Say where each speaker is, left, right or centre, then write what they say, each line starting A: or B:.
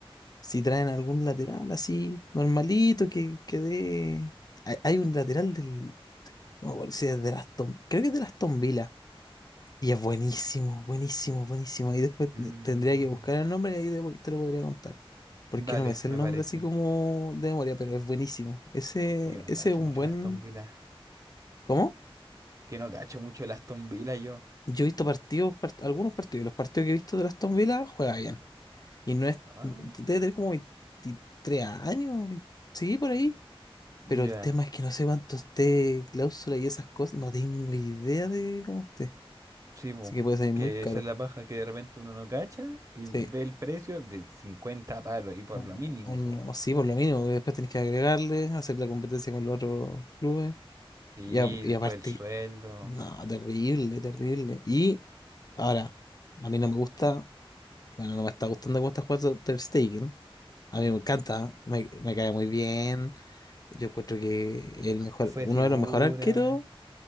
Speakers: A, on the left; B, on the right.
A: Si traen algún lateral así, normalito, que, que dé. Hay, hay un lateral del. No me acuerdo si es de las Tom. Creo que es de las Aston Villa. Y es buenísimo, buenísimo, buenísimo. y después te-
B: Mm,
A: tendría que buscar el nombre y ahí te, te lo podría contar. Porque
B: dale,
A: no me sé
B: me
A: el nombre
B: parece.
A: así como de memoria, pero es buenísimo. Ese,
B: Uy, yo no
A: ese
B: cacho
A: es un
B: mucho
A: buen.
B: el Aston Villa.
A: ¿Cómo?
B: Que no cacho mucho el Aston Villa yo.
A: Yo he visto partidos, part- algunos partidos, y los partidos que he visto de las Aston Villa juega bien. Y no es.
B: Ah,
A: Debe tener como 23 años, 20 sí, por ahí.
B: ya.
A: Pero el tema es que no sé cuánto esté cláusula y esas cosas. No tengo idea de cómo esté.
B: Sí, po,
A: Así que puede salir
B: que
A: muy caro.
B: esa es la paja que de repente uno no cacha y ve
A: Sí.
B: el precio de 50 palos y por
A: O,
B: lo mínimo,
A: o no,
B: po.
A: sí, por lo mínimo. porque Después tenés que agregarle, hacer la competencia con los otros clubes.
B: Sí,
A: Y, a- y
B: después
A: aparte,
B: el sueldo,
A: no, terrible, terrible. Y ahora, a mí no me gusta, bueno, no me está gustando cómo está jugando Ter Stegen. A mí me encanta, me, me cae muy bien. Yo encuentro que el mejor,
B: fue
A: uno
B: figura,
A: de los mejores arqueros,